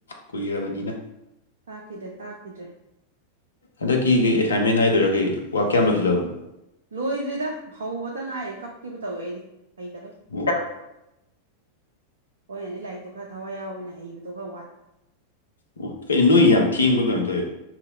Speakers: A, on the left; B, on the right.
A: ꯀꯨꯏꯔꯕꯅꯤꯅ
B: ꯇꯥꯈꯤꯗ꯭ꯔꯦ ꯇꯥꯈꯤꯗ꯭ꯔꯦ
A: ꯍꯟꯗꯛꯀꯤ ꯀꯩ ꯑꯦꯁꯥꯏꯟꯃꯦꯟ ꯍꯥꯏꯗꯣꯏꯔꯥ ꯀꯩ ꯋꯥꯛ ꯀꯌꯥꯝ ꯂꯧꯁꯤꯜꯂꯕꯅꯣ
B: ꯂꯣꯏꯗ꯭ꯔꯤꯗ ꯍꯧꯕꯇ ꯉꯥꯏꯔꯦ ꯀꯞꯈꯤꯕ ꯇꯧꯋꯦ ꯑꯩꯗꯤ ꯍꯩꯇꯕꯩ
A: <inaudible>
B: ꯍꯣꯏ ꯑꯣꯏꯅꯗꯤ ꯂꯥꯏꯔꯤꯛꯇꯣ ꯈꯔ ꯊꯋꯥꯏ ꯌꯥꯎꯕꯅ ꯍꯩꯕꯗꯣ ꯈꯔ ꯋꯥꯠꯄ
A: ꯑꯣ ꯀꯩꯅ ꯅꯣꯏ ꯌꯥꯝ ꯊꯦꯡꯕ ꯀꯩꯅꯝ ꯇꯧꯋ